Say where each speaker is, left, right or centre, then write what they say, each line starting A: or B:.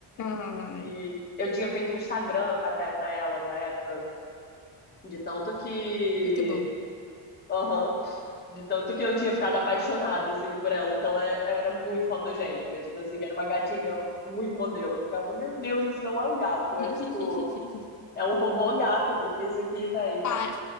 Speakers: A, on the left (about 40°); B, on the left (about 20°).
A: Ai.
B: E eu tinha feito um Instagram até pra ela na época, de tanto que,
A: Muito bom.
B: aham, de tanto que eu tinha ficado apaixonada assim por ela, porque ela era muito fotogênica, tipo assim, era uma gatinha muito modelo. Eu ficava, meu Deus, isso não é um gato,
A: <laughs>
B: é tipo, é um robô gato, porque isso aqui, vai
A: Ai.